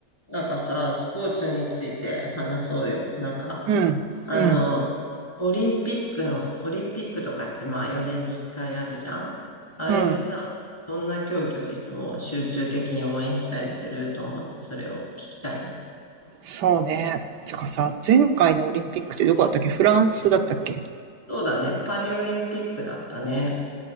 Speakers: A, on the left (about 15°); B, on the right (about 75°).
A: なんかさ、スポーツについて話そうよ。なんか、
B: うん、
A: あの、
B: うん、
A: オリンピックの、オリンピックとかってまあ4年に1回あるじゃんあれでさ、
B: うん。
A: どんな競技をいつも集中的に応援したりすると思って、それを聞きたいな。
B: そうね。てかさ、前回のオリンピックってどこだったっけフランスだったっけ
A: そうだね、パリオリンピックだったね。